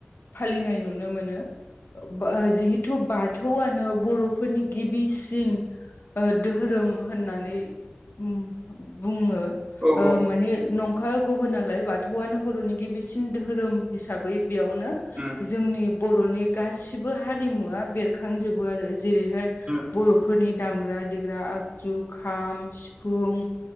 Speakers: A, on the left; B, on the right.
A: फालिनाय नुनो मोनो। <unintelligible> बा जिहेथु बाद थौआनो बर'फोरनि गिबिसिन ओ दोहोरोम होननानै उम बुङो
B: औ
A: ओ
B: औ
A: माने नं खा गुबुनालाय बाथौआनो बर'नि गिबिसिन दोहोरोम बिस साबै बेयावनो
B: उम
A: जोंनि बर'नि गासिबो हारिमुआ बेरखांजोबो आरो जो जेरैहाय
B: उम
A: बर'फोरनि दामग्रा देग्रा आग जुखाम सिफुं